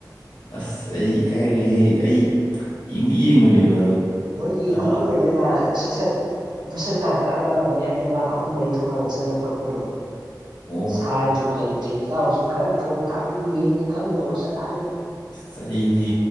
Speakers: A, on the left (about 70°); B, on the right (about 75°).
A: ꯑꯁ ꯑꯩ ꯏꯀꯥꯏꯔꯦꯍꯦ ꯑꯩ ꯌꯦꯡꯗꯤ ꯌꯦꯡꯕꯅꯦꯕ ꯑꯗꯣ
B: ꯃꯣꯏꯒꯤ
A: ꯑꯥ
B: ꯈꯨꯀꯪ ꯂꯩꯗꯅ ꯁꯠ ꯁꯠ ꯨꯕꯁꯦꯁ ꯀꯥ ꯀꯛꯑꯒ ꯃꯌꯥꯏꯗꯒ ꯑꯍꯨꯝ ꯃꯔꯤ ꯊꯣꯛꯅ ꯖꯞ ꯖꯞ ꯀꯛꯄꯗꯣ
A: ꯑꯣ
B: ꯁꯥꯏꯕꯗꯣ ꯍꯩ ꯇ꯭ꯔꯦꯟ ꯏꯇꯥꯎꯁꯨ ꯈꯔ ꯊꯣꯡ ꯊꯥꯛꯄꯗ ꯌꯦꯡꯉꯗꯤ ꯈꯪꯗꯧꯕ ꯁꯠ ꯍꯥꯏꯕꯗ
A: ꯑꯁ ꯑꯩꯗꯤ